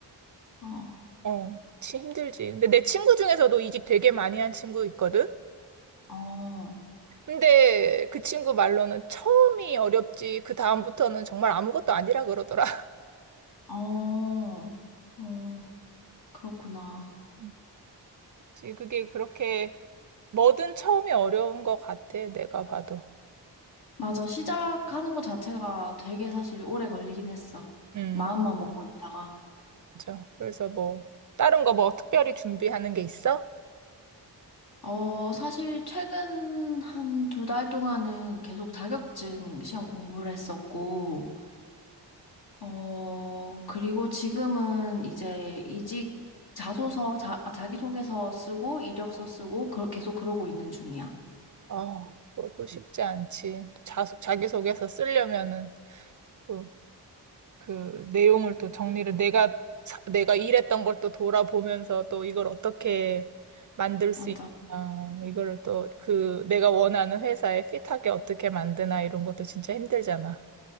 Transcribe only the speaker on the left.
어,
어,
어, 어, 그렇구나.
맞아. 시작하는 것 자체가 되게 사실 오래 걸리긴 했어.
마음만
먹고 있다가.
어, 사실 최근 한 두 달 동안은 계속 자격증 시험 공부를 했었고, 어, 그리고 지금은 이제 이직 자소서, 자, 자기소개서 쓰고, 이력서 쓰고, 그러, 계속 그러고 있는 중이야.
맞아.